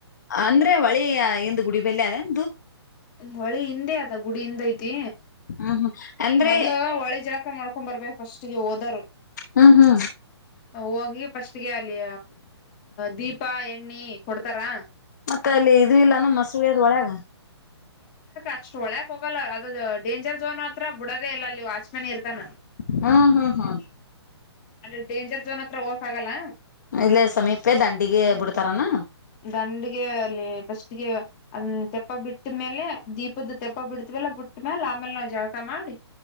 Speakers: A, on the left (about 40°); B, on the left (about 15°).
A: ಅಂದ್ರೆ ಹೊಳಿ ಇಂದ ಗುಡಿ ಬಲ್ಲಿ ಅದೆನ್
B: ಹೊಳಿ ಹಿಂದೆ ಅದ ಗುಡಿ ಹಿಂದ ಐತಿ
A: ಹ್ಮ್ ಹ್ಮ್ ಅಂದ್ರೆ
B: ಮೊದ್ಲು ಹೊಳಿ ಜಳಕ ಮಾಡಕ ಕೊಬರ್ಬೇಕು ಫಸ್ಟ್ಗೆ ಹೋದರ್
A: ಹ್ಮ್ ಹ್ಮ್
B: ಹವುಾಗಿ ಫಸ್ಟ್ಗೆ ಅಲ್ಲಿ ದೀಪ ಎಣ್ಣಿ ಕೊಡ್ತಾರಾ
A: ಮತ್ತೆ ಅಲ್ಲಿ ಇ ಇಲ್ಲಾನ ಮಸುಳಿಯದ್ ಹೋಳ್ಯಗ
B: ಅಷ್ಟು ಒಳಯಕ್ ಹೋಗಲ್ಲ ಅದು ಡೇಂಜರ್ ಝೋನ್ ಹತ್ರ ಬಿಡದೆೇ ಇಲ್ಲ ಅಲ್ಲಿ ವಾಚ್ಮೆನ್ ಇರ್ತಾನ
A: ಹ್ಮ್ಮ ಹ್ಮ್ಮ್ ಹ್ಮ್ಮ್
B: ಅಂದ್ರೆ ಡೇಂಜರ್ ಝೋನ್ ಹತ್ರ ಹೋಗಕಾಗಲ್ಲ
A: ಇಲ್ಲೇ ಸಮೀಪೆ ದಂಡಿಗೆ ಬಿಡ್ತಾರನ
B: ದಂಡಗೆ ಅಲ್ಲಿ ಫಸ್ಟ್ಗೆ ಅದ್ ತೆಪ್ಪ ಬಿಟ್ಟ್ಮೇಲೆ ದೀಪದ ತೆಪ್ಪ ಬಿಡತ್ವೆಲ್ಲ ಬಿಟ್ಟ್ಮ್ಯಾಲ ಆಮೇಲೆ ನಾವ್ ಜಳಕ ಮಾಡಿ